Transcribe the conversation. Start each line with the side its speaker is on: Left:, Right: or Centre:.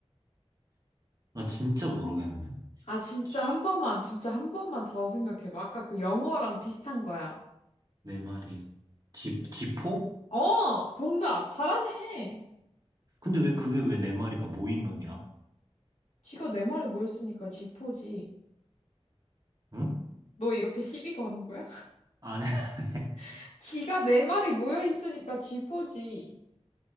Right: 나 진짜 모르겠는데?
Left: 아, 진짜
Right: 지,
Left: 한 번만, 진짜 한 번만 더 생각해봐. 아까 그 영어랑 비슷한 거야.
Right: 내 말이. 지, 지포?
Left: 어, 정답. 잘하네.
Right: 근데 왜 그게 왜 내 말이가 모이면이야?
Left: 쥐가 네 마리 모였으니까 쥐포지.
Right: 응?
Left: 너 이렇게 시비 거는 거야?
Right: 아니, <laughs>
Left: <laughs> 쥐가 네 마리 모여 있으니까 쥐포지.